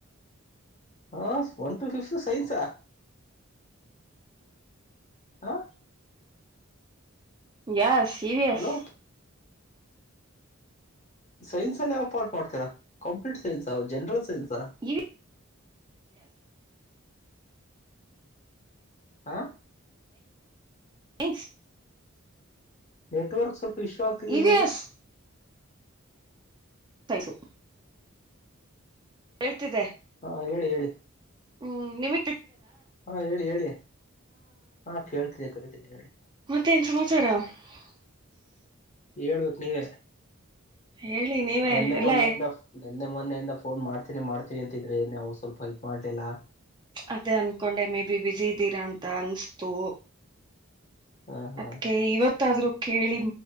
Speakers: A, on the left (about 35°); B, on the right (about 20°).
A: ಹಾ ಒನ್ ಟು ಫಿಫ್ತ್ ಸೈನ್ಸಾ ಹ
B: ಯ ಇರಿ ಎಸ್
A: ಹಲೋ ಸೈನ್ಸ್ ಅಲ್ಲಿ ಯಾವ್ ಪಾರ್ಟ್ ಮಾಡ್ತೀರಾ ಕಂಪ್ಯೂಟರ್ ಸೈನ್ಸ್ ಅವು ಜನರಲ್ ಸೈನ್ಸ್
B: ಈ
A: ಹಾ
B: ಸ್
A: ನೆಟ್ವರ್ಕ್ ಸ್ವಲ್ಪ ಇಶ್ಯೂ ಆಗ್ತಿದೆ
B: ಇ ವಿ
A: ನೋಡಿ
B: ಎಸ್ ಸೈಸು ಹೇಳ್ತಿದೆ
A: ಹಾ ಹೇಳಿ ಹೇಳಿ
B: ಹ್ಮ್ ನಿಮ
A: ಹಾ ಹೇಳಿ ಹೇಳಿ ಹಾ ಕೇಳ್ತಿದ್ದಿ ಕೇತಿದ್ದಿ ಹೇಳಿ
B: ಮತ್ತೇನ್ ಸಮಾಚಾರ <unintelligible>
A: ಹೇಳ್ಬೇಕಕ್ು ನೀವೇ
B: ಹೇಳಿ ನೀವೇ
A: ನಿನ್ನೆ
B: ಎಲ್ಲ
A: ಮೊನ್ನೆ ನಿನ್ನೆ ಮೊನೆಯಿಂದ ಫೋನ್ ಮಾಡ್ತೀನಿ ಮಾಡ್ತೀನಿ ಅಂತಿದ್ರೆ ನಾವು ಸ್ವಲ್ಪ ಇದ್ ಮಾಡ್ಲಿಲ್ಲಾ
B: ಅದೇ ಅನ್ಕೊಂಡೆ ಮೇ ಬಿ ಬಿಸ ಇದ್ದೀರಾ ಅಂತ ಅನ್ಸ್ತು
A: ಹಾ ಹಾ
B: ಅದ್ಕ ಇವತ್ತಾದ್ರೂ ಕೇಳಿ